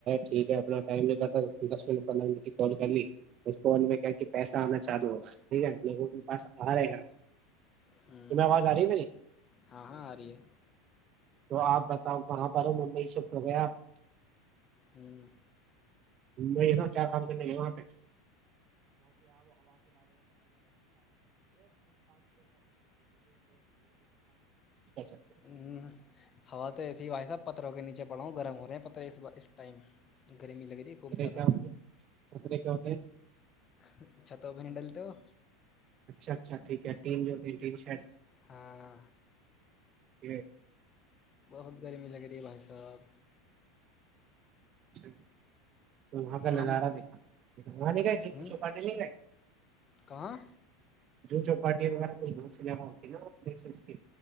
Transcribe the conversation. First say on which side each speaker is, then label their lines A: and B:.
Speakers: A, on the right (about 40°); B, on the left (about 30°).
A: ٹھیک ہے اپنا ٹائم نہیںگ کرتا دس منٹ پندرہ منٹ کی کال کر لی اس فون میں کیا کہ پیسہ آنا جادو ہوگا ٹھیک ہے یہ کے پاس آ رہے ہیں آپ
B: ہوں
A: تمہیں آواز آ رہی میری
B: ہاں ہاں ارہی ہے
A: تو آپ بتاؤ کہاں پر ہ ممبئی شفٹ ہو گئے اپ گیاپ
B: ہوں
A: ممبئی میں کیا کام کرنے گے وہاں پہ <unintelligible> <unintelligible>
B: ہ ہوا تو ایسی ہی بھائی صاحب پتھروں کے نیچے پڑاوں گرم ہو رہے ہیں پتر اس بار اس ٹائم گرمی لگ رہی خوب
A: خطرے
B: زیادہ
A: کیا ہوتے ہیں؟ خطرے کیا ہوتے ہیں
B: اچھا تو ابھی نہیں ڈلتے ہو
A: اچھا اچھا ٹھیک ہے تین جوین شرٹ
B: ہاں
A: <unintelligible>
B: بہت گرمی لگے رہیے بھائی صاحب
A: چلو تو وہاں پہ
B: کام
A: نظارا دیکھا وہاں نہیں گئے ج
B: ہوں
A: چوپاٹٹی نہیں گئے
B: کہاں
A: جو چوپاٹی وغیرہ کوئی سے جانہ ہوتی نا پ